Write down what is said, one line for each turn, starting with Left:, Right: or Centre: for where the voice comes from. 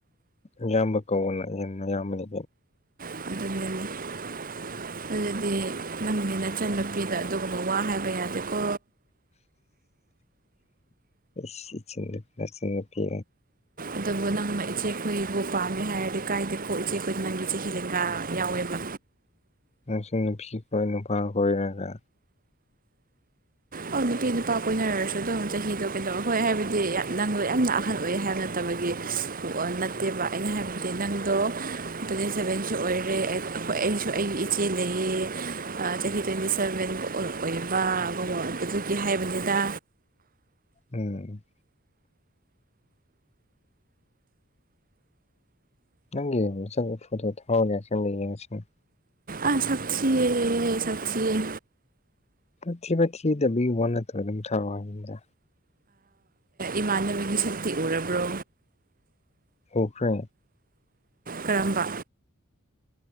Left: ꯏꯌꯥꯝꯕ ꯀꯅ ꯍꯦꯟꯅ ꯑꯌꯥꯝꯕꯅꯤ
Right: ꯎ ꯑꯗꯨꯗꯤ ꯅꯅꯅꯤ ꯅꯆꯟ ꯅꯨꯄꯤꯗ ꯑꯗꯨꯒꯨꯝꯕ ꯋꯥ ꯍꯥꯏꯕ ꯌꯥꯗꯦꯀꯣ
Left: ꯆ ꯆꯅ ꯄ
Right: ꯑꯗꯨꯕꯨ ꯅꯪꯅ ꯏꯆꯦꯈꯣꯏꯕꯨ ꯄꯥꯝꯃꯦ ꯍꯥꯏꯔꯗꯤ ꯀꯥꯏꯗꯦꯀꯣ ꯏꯆꯦ ꯑꯩꯈꯣꯏꯅ ꯅꯪꯒꯤ ꯆꯍꯤꯗꯀ ꯌꯥꯎꯋꯦꯕ
Left: ꯉ ꯅꯨꯄꯤ ꯅꯨꯄꯥ ꯀꯣꯏꯔꯒ
Right: ꯑꯣ ꯅꯨꯄꯤ ꯅꯨꯄꯥ ꯀꯣꯏꯅꯔꯁꯨ ꯑꯗꯨꯝ ꯆꯍꯤꯗꯣ ꯀꯩꯗꯧꯕ ꯍꯣꯏ ꯍꯥꯏꯕꯗꯤ ꯅꯪꯗꯣ ꯌꯥꯝꯅ ꯑꯍꯜ ꯑꯣꯏꯑꯦ ꯍꯥꯏꯅꯣ ꯇꯕꯒꯤ ꯅꯠꯇꯦꯕ ꯑꯩꯅ ꯍꯥꯏꯕꯗꯤ ꯅꯪꯗꯣ ꯇ꯭ꯋꯇꯤ ꯁꯚꯦꯟꯁꯨ ꯑꯣꯏꯔꯦ ꯑꯩꯈꯣꯏ ꯑꯩꯁꯨ ꯑꯩꯒꯤ ꯏꯆꯦ ꯂꯩꯌꯦ ꯆꯍꯤ ꯇ꯭ꯋꯦꯟꯇꯤ ꯁꯚꯦꯟ ꯑꯣꯏꯕ ꯑꯗꯨꯒꯤ ꯍꯥꯏꯕꯅꯤꯅ
Left: ꯎꯝ ꯅꯪꯒꯤ ꯃꯆꯪ ꯐꯣꯇꯣ ꯊꯥꯎꯅꯦ ꯑꯁꯦꯡꯕ ꯌꯦꯡꯅꯁꯤꯅꯦ
Right: ꯑ ꯁꯛ ꯎꯆꯦ ꯁꯛ ꯎꯆ
Left: ꯄꯊꯤꯕ ꯊꯤꯗꯕꯒꯤ ꯋꯥ ꯅꯠꯇꯕ ꯑꯗꯨꯝ ꯁꯥꯔ ꯍꯥꯏꯗ
Right: ꯏꯃꯥꯟꯅꯕꯤꯒꯤ ꯁꯛꯇꯤ ꯎꯔꯕ꯭ꯔꯣ
Left: ꯎꯈ꯭ꯔꯦ
Right: ꯀꯔꯝꯕ